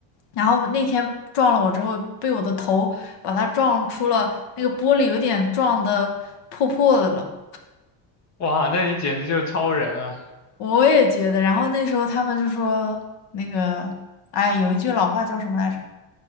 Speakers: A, on the left; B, on the left.
A: 然后那天撞了我之后，被我的头把他撞出了那个玻璃，有点撞的破破的了。
B: 哇，那你简直就是超人啊！
A: 我也觉得，然后那时候他们就说那个，哎，有一句老话叫什么来着？